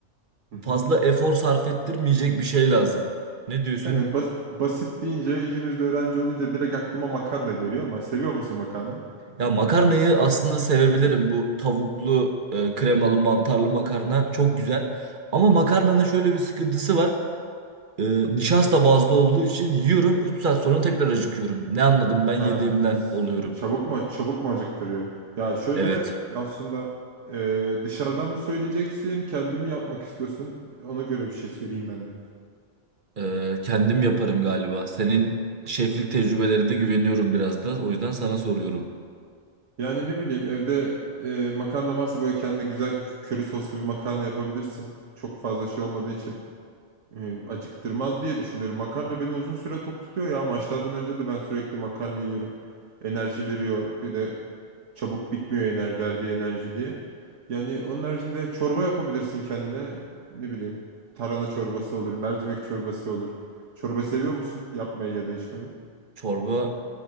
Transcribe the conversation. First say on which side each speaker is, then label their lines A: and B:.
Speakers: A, on the right (about 80°); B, on the right (about 45°).
A: Hı hı.
B: fazla efor sarf ettirmeyecek bir şey lazım. Ne diyorsun?
A: Kanka bas- basit deyince ikimiz de öğrenci olunca direkt aklıma makarna geliyor ama seviyor musun makarna?
B: Ya makarnayı aslında sevebilirim.
A: Hı. hı.
B: Bu tavuklu, e, kremalı, mantarlı makarna çok güzel. Ama makarnanın şöyle bir sıkıntısı var. E, nişasta bazlı olduğu için yiyorum 3 saat sonra tekrar acıkıyorum. Ne anladım ben
A: Ha,
B: yediğimden
A: s-
B: oluyorum.
A: çabuk mu çabuk mu acıktırıyor? Ya şöyle
B: Evet.
A: aslında e, dışarıdan mı söyleyeceksin, kendin mi yapmak istiyorsun? Ona göre bir şey söyleyeyim ben de.
B: Ee, kendim yaparım galiba. Senin şeflik tecrübelerine güveniyorum biraz da. O yüzden sana soruyorum.
A: Yani ne bileyim evde e, makarna varsa böyle kendine güzel köri soslu bir makarna yapabilirsin. Çok fazla şey olmadığı için e, acıktırmaz diye düşünüyorum. Makarna beni uzun süre tok tutuyor ya. Maçlardan önce de ben sürekli makarna yiyorum. Enerji veriyor. Bir de çabuk bitmiyor enerji, verdiği enerji diye. Yani onun haricinde çorba yapabilirsin kendine. Ne bileyim. Tarhana çorbası olur, mercimek çorbası olur. Çorba seviyor musun? Yapmayı ya da içmeyi.
B: Çorba